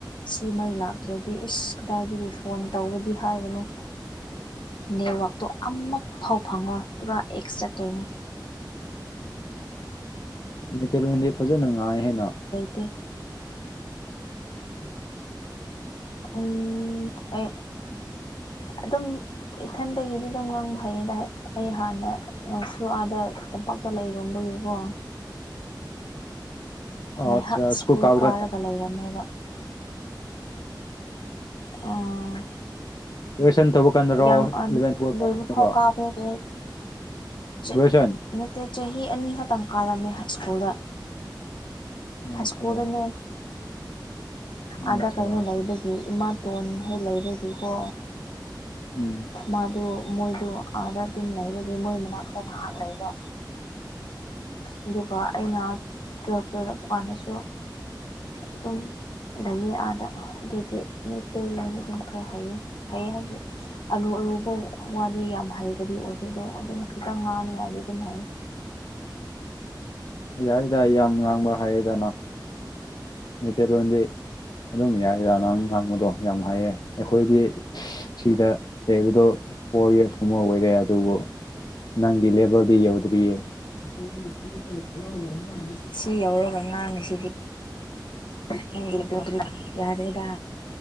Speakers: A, on the left; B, on the left.
A: ꯁꯤ ꯃꯩ ꯂꯥꯛꯇ꯭ꯔꯗꯤ ꯏꯁ ꯀꯗꯥꯏꯗꯒꯤ ꯐꯣꯟ ꯇꯧꯕꯗꯤ ꯍꯥꯏꯕꯅꯣ ꯅꯦꯠꯋꯥꯛꯇꯣ ꯑꯃ ꯐꯥꯎ ꯐꯪꯉꯣꯏ ꯄꯨꯔꯥ ꯑꯦꯛꯁ ꯆꯠꯇꯣꯏꯅꯦ
B: ꯃꯇꯩ ꯂꯣꯟꯗꯤ ꯐꯖꯅ ꯉꯥꯡꯉꯦꯍꯦ ꯅꯪ
A: ꯑꯦ ꯎꯝ ꯑꯩ ꯑꯗꯨꯝ ꯏꯊꯟꯗꯒꯤꯗꯤ ꯑꯗꯨꯝ ꯉꯪꯕ ꯍꯩꯌꯦꯗ ꯑꯩ ꯍꯥꯟꯅ ꯁꯨ ꯑꯥꯗ ꯇꯝꯄꯥꯛꯇ ꯂꯩꯔꯨꯝꯕꯒꯤꯀꯣ ꯉꯥꯏꯍꯥꯛ
B: ꯑꯆꯥ
A: ꯁ꯭ꯀꯨꯜ
B: ꯁ꯭ꯨꯀꯜ ꯀꯥꯕ
A: ꯀꯥꯔꯒ
B: ꯀꯥꯟꯗ
A: ꯂꯩꯔꯝꯃꯦꯕ ꯑꯣ
B: <unintelligible>
A: ꯌꯥꯝ
B: ꯏꯂꯚꯦꯟ ꯇꯨꯋꯦꯜ ꯀꯥꯕ
A: ꯂꯣꯏꯕ
B: ꯀꯥꯟꯗꯔꯣ
A: ꯐꯥꯎ ꯀꯥꯕ ꯅꯠꯇꯦꯗ ꯑꯩ
B: ꯒ꯭ꯔꯦꯖꯨꯌꯦꯁꯟ
A: ꯅꯠꯇꯦ ꯆꯍꯤ ꯑꯅꯤ ꯈꯛꯇꯪ ꯀꯥꯔꯝꯃꯦ ꯍꯥꯏ ꯁ꯭ꯀꯨꯜꯗ
B: ꯑꯣ
A: ꯍꯥꯏ
B: ꯑꯠꯆꯥ
A: ꯁ꯭ꯀꯨꯜꯗꯅꯦ
B: ꯑꯣ
A: ꯑꯥꯗ
B: ꯑꯠꯆꯥ
A: ꯀꯩꯅꯣ ꯂꯩꯕꯒꯤ ꯏꯃꯥ ꯇꯣꯟ ꯈꯔ ꯂꯩꯕꯒꯤꯀꯣ
B: ꯎꯝ
A: ꯃꯥꯗꯨ ꯃꯣꯏꯗꯨ ꯑꯥꯗ ꯑꯗꯨꯝ ꯂꯩꯕꯒꯤ ꯃꯣꯏ ꯃꯅꯥꯛꯇ ꯉꯥꯏꯍꯥꯛ ꯂꯩꯕ ꯑꯗꯨꯒ ꯑꯩꯅ ꯇꯋꯦꯜꯞꯇ ꯆꯠꯄ ꯀꯥꯟꯗꯁꯨ ꯑꯗꯨꯝ ꯂꯩꯌꯦ ꯑꯥꯗ ꯑꯗꯨꯒꯤ ꯃꯩꯇꯩ ꯂꯣꯟ ꯑꯗꯨꯝ ꯈꯔ ꯍꯩꯌꯦ ꯍꯩꯌꯦ ꯍꯥꯏꯕꯗꯤ ꯑꯔꯨ ꯑꯔꯨꯕ ꯋꯥꯗꯤ ꯌꯥꯝ ꯍꯩꯕꯗꯤ ꯑꯣꯏꯗꯦ ꯑꯗꯣ ꯑꯗꯨꯝ ꯈꯤꯇꯪ ꯉꯥꯡꯉꯦ ꯍꯥꯏꯗꯤ ꯑꯗꯨꯝ ꯍꯩ
B: ꯌꯥꯏꯗ ꯌꯥꯝ ꯉꯥꯡꯕ ꯍꯩꯌꯦꯗ ꯅꯪ ꯃꯩꯇꯩꯂꯣꯟꯗꯤ ꯑꯗꯨꯝ ꯌꯥꯏꯗꯥ ꯅꯪ ꯉꯥꯡꯕꯗꯣ ꯌꯥꯝ ꯍꯩꯌꯦ ꯑꯩꯈꯣꯏꯗꯤ ꯁꯤꯗ ꯂꯩꯕꯗꯣ ꯐꯣꯔ ꯏꯌꯔꯁꯀꯨꯝꯕ ꯑꯣꯏꯔꯦ ꯑꯗꯨꯕꯨ ꯅꯪꯒꯤ ꯂꯦꯕꯜꯒꯤ ꯌꯎꯗꯔꯤꯌꯦ <unintelligible>
A: ꯁꯤ ꯌꯧꯔꯒ ꯉꯥꯡꯉꯤꯁꯤꯗꯤ ꯅꯪꯒꯤ ꯑꯗꯨꯗꯤ ꯌꯥꯔꯦꯗ